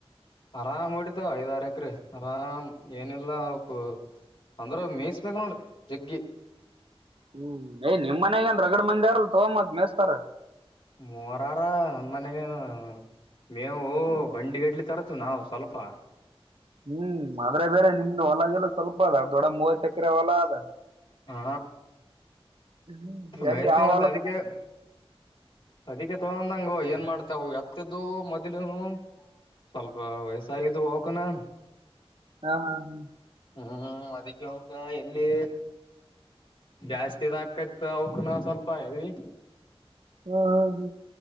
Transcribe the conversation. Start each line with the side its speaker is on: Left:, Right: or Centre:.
Left: ಆರಾಮ ಉಡತದ ಬಕ್ರಿ ಆರಾಮ್ ಏನಿಲ್ಲಾ ಅವಕು ಅಂದ್ರ ಮೇಯಿಸಬೇಕೇಕ್ರ ಜಗ್ಗಿ
Right: ಹ್ಮ್ ಯ್ ನಿಮ್ ಮನ್ಯಗ ಏನ್ ರಗಡ ಮಂದಿಾರಲ್ ತಗೊ ಮತ್ ಮೇಸ್ತಾರ
Left: ಮೂರಾರ ನಮ ಮನೆಗನು ಮೇವು
Right: ಹ್ಮ್
Left: ಬಂಡಿಗಡ್ಲಿ ತರ ಆತ್ತು ನಾವು ಸ್ವಲ್ಪ
Right: ಹ್ಮ್ ಆದ್ರೆ ಬೇರೆ ನಿಮ್ದ ಹೊಲಗೆಲ್ಲ ಸ್ವಲ್ಪ ಅದ ದೊಡ್ಡ ಮೂವತ್ತು ಎಕರೆ ಹೊಲ ಅದ
Left: ಹಾ
Right: ಹ್ಮ್ ಎಲ್ಲಿ
Left: ಮೇಸ್ತಿ
Right: ಯಾವ
Left: ಮತ್ತ
Right: ಹೊಲದ
Left: ಅದಕ್ಕೆ ಅದಕ್ಕೆ ತಗೊಂಡಂಗ ಏನ್ ಮಾಡ್ತಾವ ಎತ್ತದ್ದ ಮೊದ್ಲುನು ಸ್ವಲ್ಪ ವಯಸ್ಸಾಗಿದ್ದು ಹೋಗಕನಾ
Right: ಹಾ ಹಾ ಹಾ
Left: ಹ್ಮ್ ಅದಕ್ಕೆ ಅವಕ ಎಲ್ಲಿ ಜಾಸ್ತಿಿದ ಹಾಕತ್ ಅವಕ ನ ಸ್ವಲ್ಪ ಹೇಳಿ
Right: ಹ್ಮ್ ಹ್ಮ್